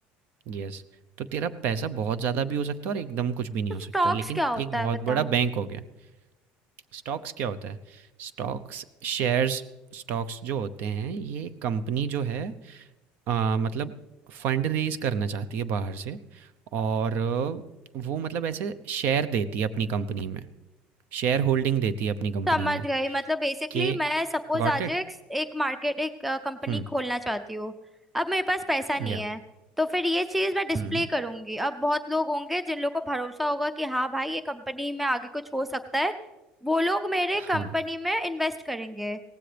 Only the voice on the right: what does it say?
यस तो तेरा पैसा बहुत ज़्यादा भी हो सकता है और एकदम कुछ भी नहीं
हो
सकता लेकिन
एक बहुत
बड़ा बैंक हो गया स्टॉक्स क्या होता है Stocks shares स्टॉक्स जो होते हैं ये कंपनी जो है अ, मतलब फंड रेज करना चाहती है बाहर से और अ, वो मतलब ऐसे शेयर देती है अपनी कंपनी में शेयर होल्डिंग देती है अपनी कंपनी
में
के
गॉट
इट
हम्म
या
हम्म
हाँ